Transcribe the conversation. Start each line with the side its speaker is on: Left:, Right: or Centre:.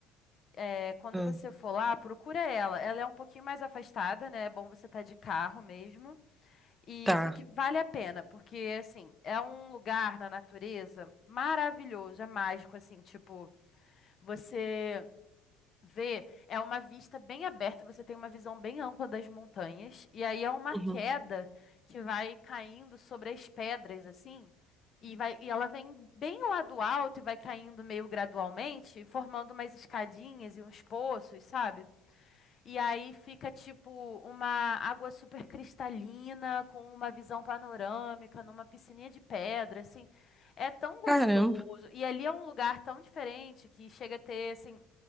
Left: É, quando
Centre: uhum,
Left: você for lá, procura ela. Ela é um pouquinho mais afastada, né? É bom você estar de carro mesmo. E
Centre: tá.
Left: só que vale a pena, porque assim, é um lugar na natureza maravilhoso, é mágico assim, tipo, você Ver é uma vista bem aberta, você tem uma visão bem ampla das montanhas, e aí é uma queda
Centre: Uhum.
Left: que vai caindo sobre as pedras, assim, e vai, e ela vem bem lá do alto e vai caindo meio gradualmente, formando umas escadinhas e uns poços, sabe? E aí fica tipo uma água super cristalina, com uma visão panorâmica, numa piscininha de pedra, assim. É tão gostoso.
Centre: Caramba,
Left: E ali é um lugar tão diferente que chega a ter, assim,